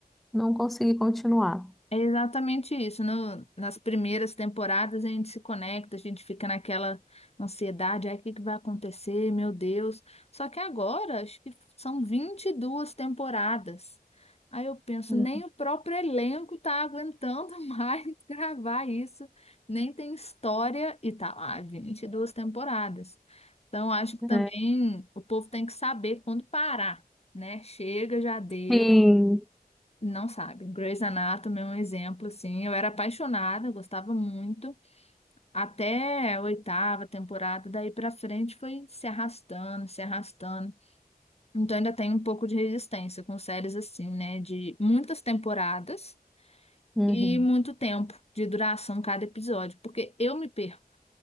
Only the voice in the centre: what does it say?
Não consegui continuar.
Uhum.
É.
Sim.
Uhum.